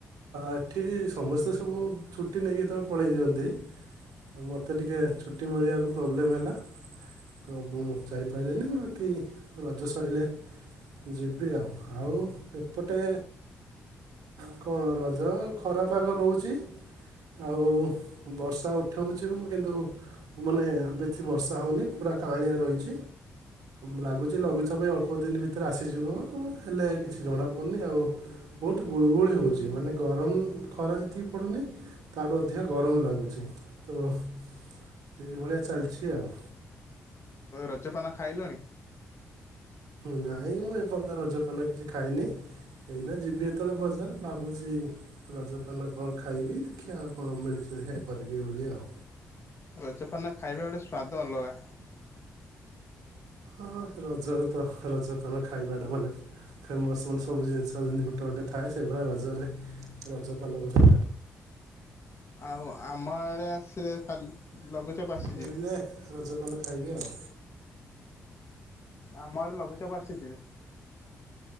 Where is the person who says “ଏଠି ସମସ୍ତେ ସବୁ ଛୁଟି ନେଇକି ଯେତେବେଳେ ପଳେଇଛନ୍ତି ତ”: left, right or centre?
Right